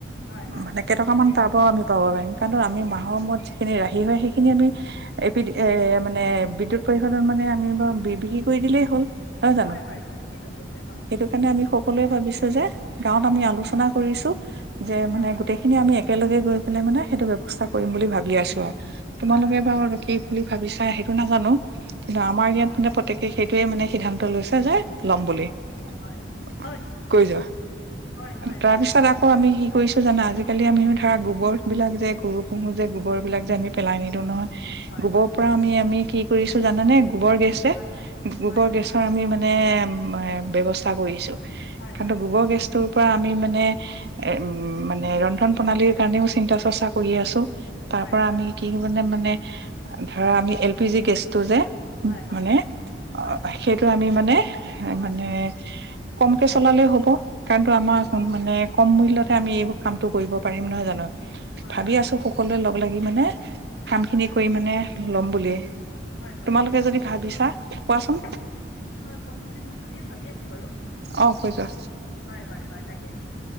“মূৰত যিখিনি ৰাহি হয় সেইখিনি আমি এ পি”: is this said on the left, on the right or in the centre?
Right